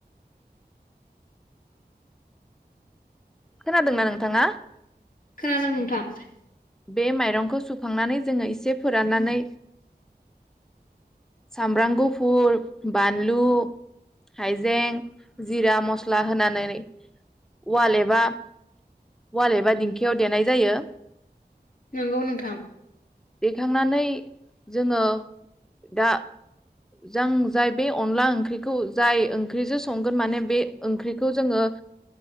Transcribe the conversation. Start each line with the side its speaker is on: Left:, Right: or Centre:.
Centre: खोनादोंना नोंथाङा?
Left: खोनादों मोनथां ।
Centre: बे माइरंखौ सुखांनानै जोङो एसे फोराननानै सामब्राम गुफुर, बानलु, हायजें, जिरा मस्ला होनानै उवाल एबा उवाल एबा दिंखियाव देनाय जायो।
Left: नंगौ नोंथां ।
Centre: थांनानै जोङो दा जों जाय बे अनला ओंख्रिखौ जाय ओंख्रिजों संगोन माने बे ओंख्रिखौ जोङो